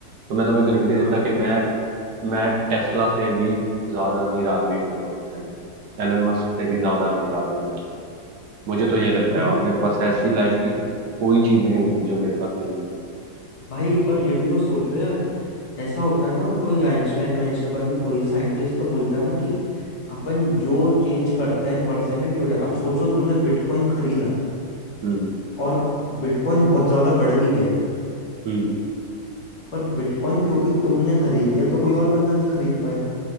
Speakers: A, on the right (about 65°); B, on the left (about 70°).
A: तो मैं तुम्हें गारंटी देता
B: हाँ
A: कि मैं मैं टेस्ला से भी ज्यादा अमीर आदमी होऊंगा उस टाइम एलन मस्क से भी ज्यादा अमीर आदमी बन जाऊंगा मुझे तो ये लगता
B: भाई
A: है और मेरे पास ऐसी लाइफ की कोई चीज नहीं होगी जो मेरे पास नहीं होगी
B: भाई पर ये भी तो सोचो यार ऐसा होता है ना कोई आइंस्टाइन वाइंस्टाइन पता नहीं कोई साइंटिस्ट तो बोलता है ना कि अपन जो चेंज करते हैं पर सेकंड हो जाता अब सोचो तुमने बिटकॉइन खरीदा
A: हम्म
B: और बिटकॉइन बहुत ज्यादा बढ़ भी गया
A: हम्म
B: पर बिटकॉइन क्योंकि तुमने खरीद लिया तो कोई और बंदा नहीं खरीद पाया